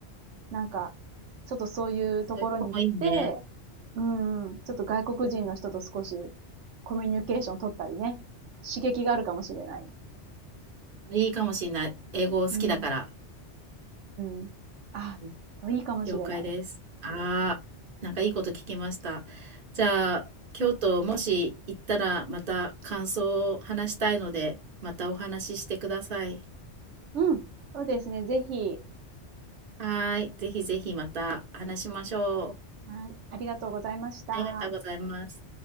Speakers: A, on the right; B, on the right.
A: なんか、ちょっとそういうところに行って、
B: そういうとこもいいね。
A: うん、ちょっと外国人の人と少しコミュニケーション取ったりね、刺激があるかもしれない。
B: いいかもしんない。英語好きだから。
A: うん。うん。あ、
B: うん。
A: いいかもしれない。
B: 了解です。ああ、なんかいいこと聞きました。じゃあ、京都もし行ったらまた感想を話したいので、またお話ししてください。
A: うん。そうですね。ぜひ。
B: はーい。ぜひぜひまた話しましょ
A: はい。ありがとうございました。
B: う。ありがとうございます。